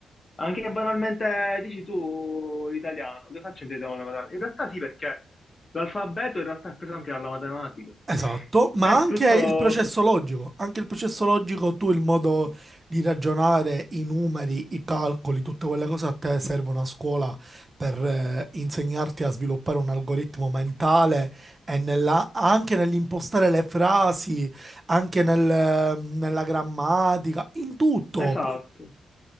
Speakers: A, on the left; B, on the right.
A: Anche banalmente dici tu l'italiano, cosa c'entriamo con la matematica? In realtà sì, perché l'alfabeto in realtà è preso anche dalla matematica.
B: Esatto, ma
A: È
B: anche
A: tutto
B: il processo logico, anche il processo logico, tu il modo di ragionare, i numeri, i calcoli, tutte quelle cose a te serve una scuola per eh, insegnarti a sviluppare un algoritmo mentale e nella- anche nell'impostare le frasi, anche nel, eh, nella grammatica, in tutto
A: esatto.